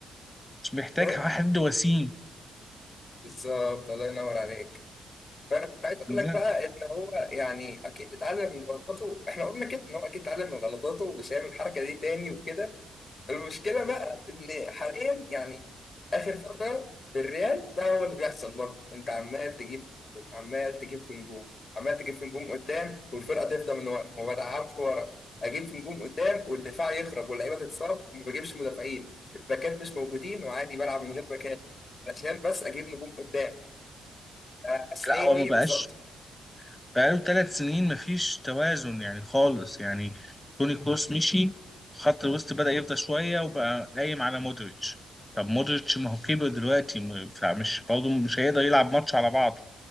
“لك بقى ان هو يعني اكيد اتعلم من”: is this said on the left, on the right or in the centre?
Left